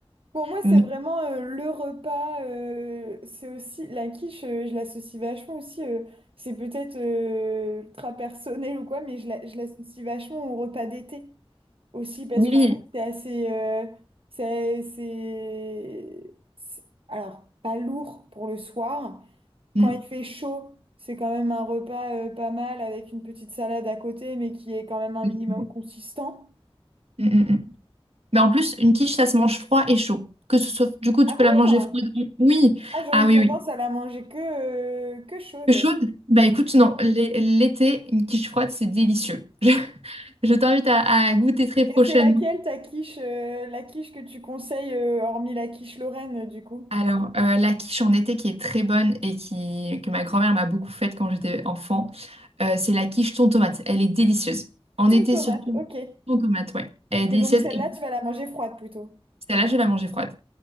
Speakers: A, on the right; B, on the right.
A: Pour moi, c'est
B: Mais-
A: vraiment euh, le repas. euh, c'est aussi la quiche, euh, je l'associe vachement aussi. euh, c'est peut-être euh, ultra personnel ou quoi, mais je la- je l'associe vachement au repas d'été aussi parce
B: oui.
A: qu'en fait, c'est assez. euh, c'est, c'est- c'est- alors, pas lourd pour le soir.
B: Mm.
A: Quand il fait chaud, c'est quand même un repas euh, pas mal avec une petite salade à côté, mais qui est quand même un
B: Mm,
A: minimum consistant.
B: mm, mm. Mais en plus, une quiche, ça se mange froid et chaud. Que ce soit, du coup, tu
A: Ah
B: peux
A: bon?
B: la manger froide. Oui.
A: Ah, j'aurais
B: Ah
A: eu
B: oui,
A: tendance
B: oui.
A: à la manger que, euh, que chaude.
B: Peu chaude? Bah écoute, non, l'é- l'été, une quiche froide, c'est délicieux. <laughs> Je, je t'invite à, à goûter très prochainement.
A: Et c'est laquelle ta quiche, euh, la quiche que tu conseilles, euh, hormis la quiche Lorraine, euh, du coup?
B: Alors, euh, la quiche en été qui est très bonne et qui, que ma grand-mère m'a beaucoup faite quand j'étais enfant, euh, c'est la quiche thon tomate. Elle est délicieuse. En
A: Ton
B: été
A: tomate,
B: surtout,
A: ok.
B: thon tomate, ouais. Elle est délicieuse
A: Et donc celle-là,
B: et
A: tu vas la manger froide plutôt.
B: celle-là, je vais la manger froide.